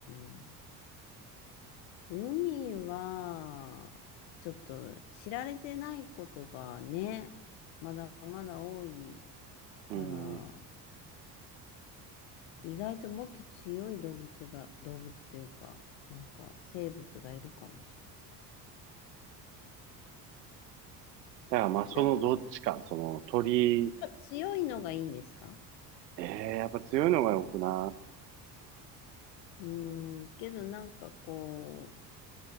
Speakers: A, on the left; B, on the right.
A: ん。海は、ちょっと知られてないことがね、まだまだ多い
B: うん。
A: から、
B: だ
A: 意外ともっと強い動物が、動物というか、なんか生物がいるかもしれない。
B: からまあ、そのどっちか、
A: なんか
B: その鳥、
A: 強いのがいいんですか
B: ええやっぱ強いのが良くな
A: うん、けどなんかこう、